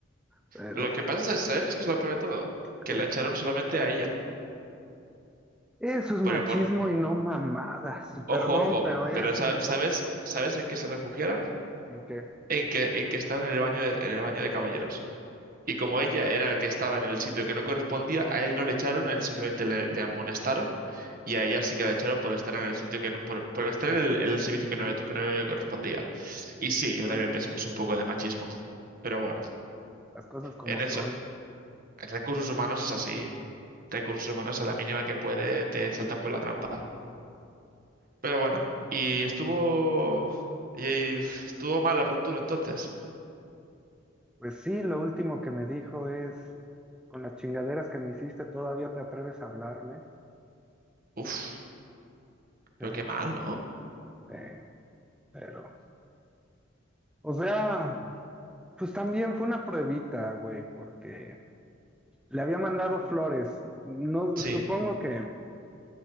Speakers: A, in the centre; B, on the right.
A: Pero
B: Lo que pasa es, ¿sabes qué es lo peor de todo? Que
A: ¿qué?
B: la echaron solamente a ella.
A: eso es machismo
B: Pero por,
A: y no mamadas. Y perdón,
B: Ojo, ojo,
A: pero eso
B: pero sa- ¿sabes, sabes en qué se refugiaron?
A: en que
B: En que, en que estaban en el baño de, en el baño de caballeros. Y como ella era el que estaba en el sitio que no correspondía, a él no le echaron, a él simplemente le, le amonestaron y a ella sí que la echaron por estar en el sitio que no- por, por estar en el, en el servicio que no, le, que no le correspondía. Y sí, yo también pienso que es un poco de machismo, pero bueno,
A: las cosas como
B: en eso,
A: son.
B: en recursos humanos es así. Recursos humanos a la mínima que puede te saltan por la trampa. Pero bueno, y estuvo. Y estuvo mal la ruptura entonces.
A: Pues sí, lo último que me dijo es, con las chingaderas que me hiciste, todavía te atreves a hablarme.
B: Uf, pero
A: Sí,
B: qué mal, ¿no?
A: sí, pero, o sea, pues también fue una pruebita, güey, porque Le había mandado flores. No,
B: Sí.
A: supongo que.